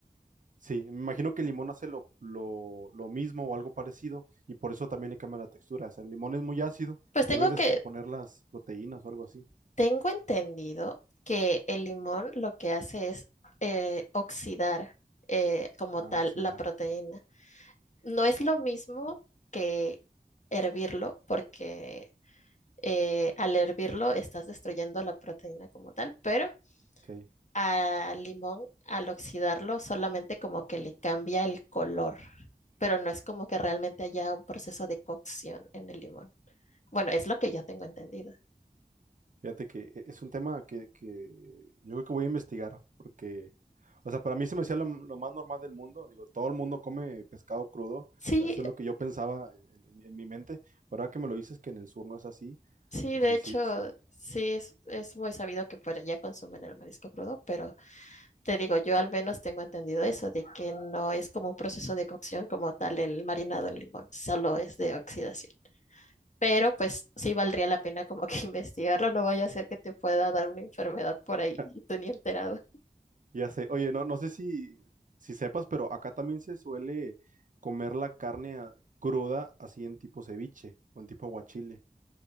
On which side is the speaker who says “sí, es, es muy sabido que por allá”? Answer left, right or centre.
Left